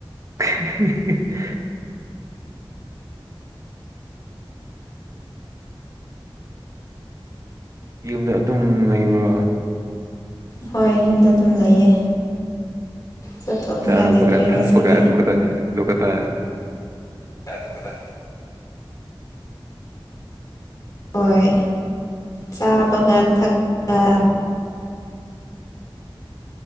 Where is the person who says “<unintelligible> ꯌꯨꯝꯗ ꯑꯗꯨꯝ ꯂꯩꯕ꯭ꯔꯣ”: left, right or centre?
Right